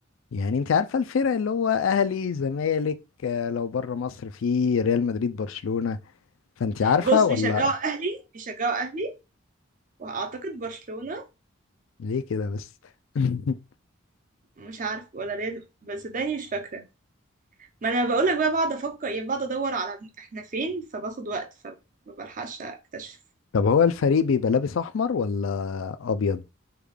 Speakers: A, on the left; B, on the right.
A: يعني انتي عارفة الفرق اللي هو اهلي زمالك آه، لو بره مصر في ريال مدريد برشلونة فانتي عارفة
B: بص
A: ولا
B: بيشجعوا اهلي بيشجعوا اهلي واعتقد برشلونة
A: ليه كده بس <laughs>
B: مش عارف ولا ريال بس داني مش فاكرة ما انا بقولك بقى بقعد افكر يعني بقعد ادور على مين- احنا فين فباخد وقت فما بلحقش اكتشف
A: طب هو الفريق بيبقى لابس احمر ولا ابيض